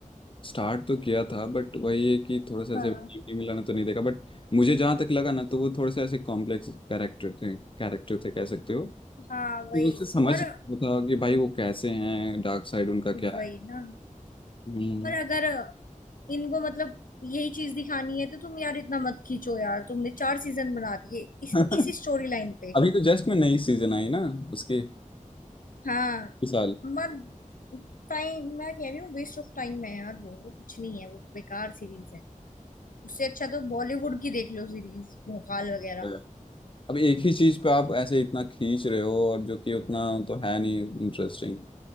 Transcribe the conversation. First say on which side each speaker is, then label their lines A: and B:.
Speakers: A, on the left; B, on the left.
A: स्टार्ट तो किया था बट वही है कि थोड़ा सा ऐसे
B: हाँ
A: टीवी मिलाना तो नहीं देखा बट मुझे जहाँ तक लगा ना तो वो थोड़े से ऐसे कॉम्प्लेक्स कैरेक्टर थे कैरेक्टर थे कह सकते हो
B: हाँ वही
A: उससे समझ
B: और
A: वो था कि भाई वो कैसे हैं डार्क साइड उनका क्या
B: वही
A: है
B: ना
A: हम्म
B: पर अगर इनको मतलब यही चीज दिखानी है तो तुम यार इतना मत खींचो यार तुमने चार सीजन बना दिए
A: <laughs>
B: इस इस स्टोरी लाइन पे
A: अभी तो जस्ट में नई सीजन आई ना उसकी
B: हाँ
A: इस
B: मत टाइम मैं कह रही हूँ वेस्ट ऑफ टाइम है यार वो वो कुछ नहीं है वो बेकार सीरीज है उससे अच्छा तो बॉलीवुड की देख लो सीरीज भोकाल वगैरह
A: साल अब एक ही चीज पे आप ऐसे इतना खींच रहे हो और जो कि उतना तो है नहीं इंटरेस्टिंग